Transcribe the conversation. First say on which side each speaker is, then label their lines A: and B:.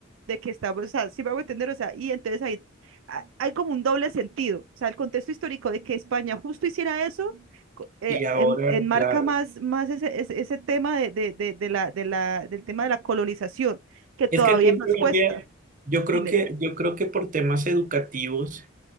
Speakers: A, on the right; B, on the right.
A: de que estamos, o sea, sí me hago entender, o sea, y entonces ahí ha- hay como un doble sentido. O sea, el contexto histórico de que España justo hiciera eso, co- eh,
B: y ahora,
A: en- enmarca
B: claro.
A: más, más ese, ese, ese tema de, de, de, de la, de la, del tema de la colonización, que todavía
B: Es que aquí en
A: nos
B: Colombia,
A: cuesta.
B: yo creo
A: Dime.
B: que, yo creo que por temas educativos